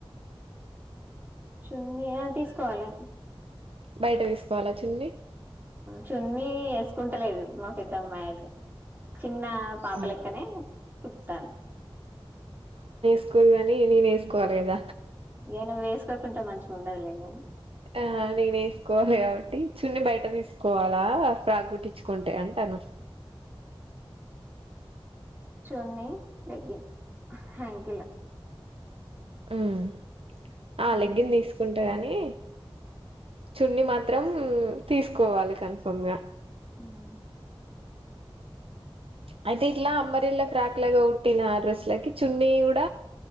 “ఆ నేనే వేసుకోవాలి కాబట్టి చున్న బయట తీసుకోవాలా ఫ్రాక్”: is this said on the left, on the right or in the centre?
Right